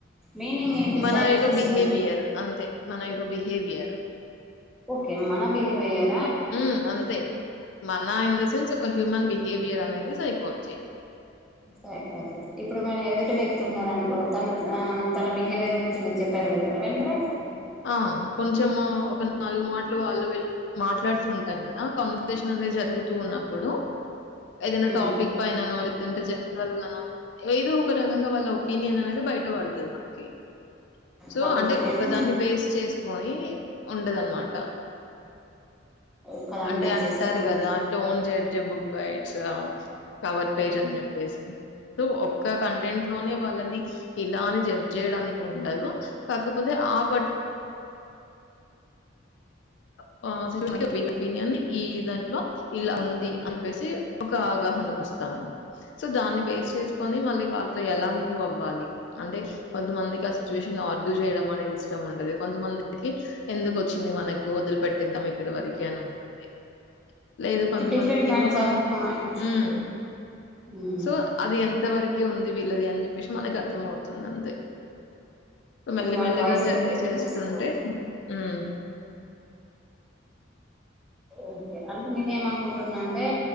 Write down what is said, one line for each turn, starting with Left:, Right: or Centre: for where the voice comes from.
Centre: మీనింగ్ ఏంటి
Left: మన
Centre: సైకలజిస్ట్
Left: యొక్క బిహేవియర్
Centre: అంటే
Left: అంతే మన యొక్క బిహేవియర్
Centre: ఓకే మన బిహేవియర్
Left: మ్ అంతే మన ఇన్ ద సెన్స్ ఒక హ్యూమన్ బిహేవియర్ అనేది సైకొలజీ
Centre: సైకొలొజిస్ట్ ఇప్పుడు మన ఎదుటి వ్యక్తి ఉన్నరనుకో తన అహ్ తన బిహేవియర్ గురించి మీరు చెప్పగలుగుతారా వెంటనే
Left: ఆహ్ హ కొంచెం ఒక నాలుగు మాట్లు వాళ్ళు విళ్ళు మాట్లాడుతూ ఉంటరు గదా కాన్వర్సేషన్ అన్ జరుగుతూ ఉన్నప్పుడు ఏదైనా
Centre: మ్మ్
Left: టాపిక్ పైననొ లేదంటే జనరల్ గనో ఏదో ఒక రకంగా వాళ్ళ ఒపీనియన్ అనేది బయట పడతది మనకి సో
Centre: వాళ్ళ
Left: అంటే
Centre: ఒపీనియన్
Left: ఒక్క దాన్ని బేస్ చేసుకొని ఉండదనమాట
Centre: ఒక్కదాని
Left: అంటే
Centre: బేస్
Left: అంటారు
Centre: చేసుకొని ఉండాలి
Left: గదా don't judge a book by its cover page అని చెప్పేసి సొ ఒక్క కంటెంట్ లోనే వాళ్ళని ఇలా అని జడ్జ్ చేయడానికి ఉండదు కాకపోతే ఆ పటి <inaudible> వీళ్ళ ఒపీనియన్ ని ఈ దాంట్లో ఇలా ఉంది అని చెప్పేసి ఒక అవగాహనకు వస్త సొ దాన్ని బేస్ చేసుకొని మళ్ళీ వాళ్ళతో ఎలా మూవ్ అవ్వాలి అంటే కొంతమంది ట్ల సిచ్యువేషన్ ఆర్గ్యూ జేయడం అనేది ఇష్టం ఉంటది కొంతమందికి ఎందుకు వచ్చింది మనకి ఒదిలి పెట్టిద్దాం ఇక్కడి వరికే అని ఉంటుంది లేదు కొంతమందికెమో
Centre: డిఫరెంట్ కైండ్స్
Left: కొన్
Centre: of minds
Left: um
Centre: hmm
Left: so అది ఎంత వరకి ఉంది వీళ్ళది అని జేప్పేశి మనకి అర్థంమవుతుందంతే మెల్లి
Centre: వాళ్ళ
Left: మెల్లిగా
Centre: వాయిస్
Left: జర్నీ
Centre: బట్టి మనం
Left: చేస్తుంటే
Centre: తీసుకోవచ్చు
Left: ఉహ్
Centre: ఓకే అంటే నేనేమనుకుంటున్నా అంటే